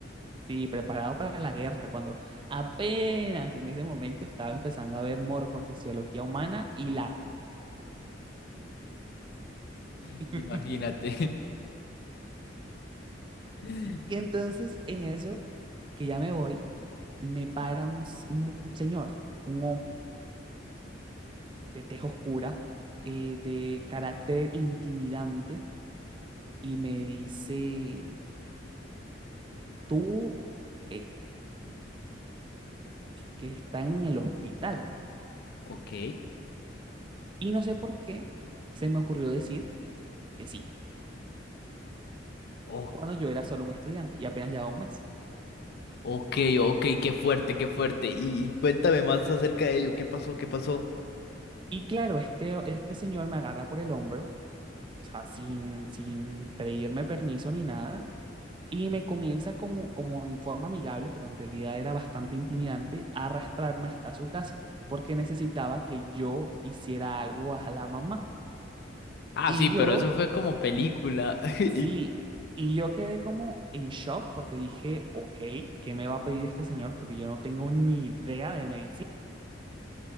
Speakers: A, on the right; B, on the left.
A: sí, preparado para la guerra, cuando apenas en ese momento estaba empezando a ver morfofisiología humana y la...
B: <laughs>
A: <laughs>
B: imagínate. <laughs>
A: Y entonces en eso, que ya me voy, me para un, s- un señor, un hombre de tez oscura, eh, de carácter intimidante, y me dice, tú eh, que estás en el hospital.
B: Ok,
A: Y no sé por qué se me ocurrió decir que sí,
B: o-
A: cuando yo era solo un estudiante y apenas llevaba un mes.
B: ok, ok, qué fuerte, qué fuerte. Y, y cuéntame más acerca de ello, ¿qué pasó, qué pasó?
A: Y claro, este, este señor me agarra por el hombro, o sea, sin, sin pedirme permiso ni nada, y me comienza como, como en forma amigable, pero en realidad era bastante intimidante, a arrastrarme hasta su casa, porque necesitaba que yo hiciera algo a la mamá.
B: Ah,
A: Y
B: sí, pero
A: yo,
B: eso fue como película. <laughs> Y-
A: sí, y yo quedé como en shock porque dije, ok, ¿qué me va a pedir este señor? Porque yo no tengo ni idea de medicina.